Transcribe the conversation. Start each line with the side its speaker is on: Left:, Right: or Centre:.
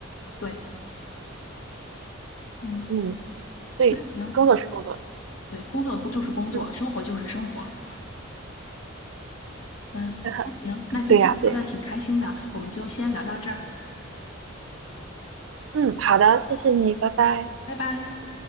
Left: 对，嗯，
Right: 嗯，所以工作是工作，
Left: 那行，对，工作就是工作，
Right: 嗯，
Left: 生活就是生活。嗯，
Right: <laughs>
Left: 那行，那今天聊的挺开心的，
Right: 对呀，对呀，
Left: 我们就先聊到这儿，
Right: 嗯，好的，谢谢你，拜拜。
Left: 拜拜。